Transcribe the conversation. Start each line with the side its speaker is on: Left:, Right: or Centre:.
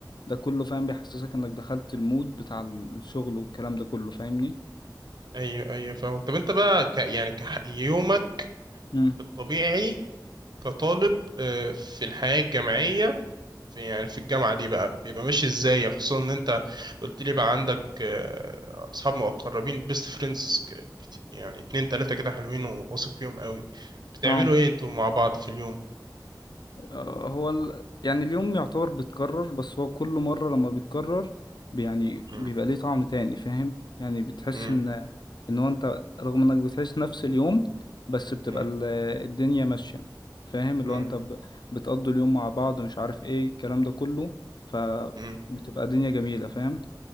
Left: ده كله فاهم بيحسسك انك دخلت المود بتاع الشغل والكلام ده كله فاهمني؟
Right: ايوه ايوه فاهمك طب انت بقى ك... يعني كح... يومك
Left: مم.
Right: الطبيعي كطالب آه، في الحياة الجامعية في يعني في الجامعة دي بقى بيبقى ماشي ازاي يعني خصوصا ان انت قلت لي بقى عندك آه، اصحاب مقربين بيست فريندز يعني اتنين تلاتة كده حلوين وواثق فيهم قوي بتعملوا
Left: اه
Right: ايه انتوا مع بعض في اليوم
Left: آه، هو ال... يعني اليوم يعتبر بيتكرر بس هو كل مرة لما بيتكرر بي- يعني بيبقى
Right: مم.
Left: ليه طعم تاني فاهم يعني بتحس
Right: مم.
Left: ان ان هو انت رغم انك بتعيش نفس اليوم بس بتبقى
Right: مم.
Left: ال... الدنيا ماشية فاهم اللي
Right: مم.
Left: هو انت ب... بتقضوا اليوم مع بعض مش عارف ايه الكلام ده كله فبتبقى
Right: مم.
Left: دنيا جميلة فاهم